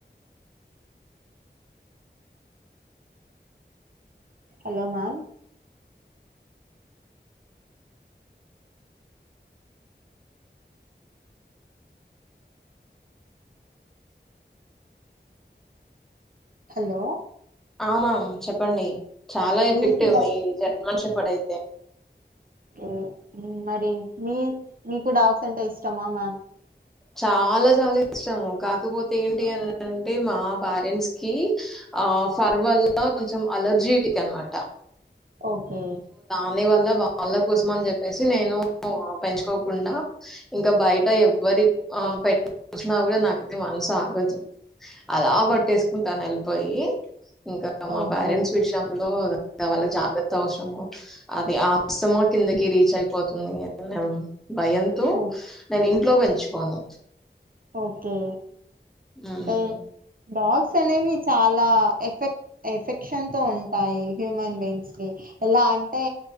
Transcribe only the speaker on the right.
హలో మ్యామ్ హలో
మీకు డా
మ్ మరి మీ మీకు డాగ్స్ అంటా ఇష్టమా మ్యామ్?
ఓకే
ఓ
ఓకే
ఓ
ఓకే
అంటే డాగ్స్ అనేవి చాలా ఎఫెక్ ఎఫెక్షన్ తో ఉంటాయి హ్యూమన్ బీయింగ్స్ కి ఎలా అంటే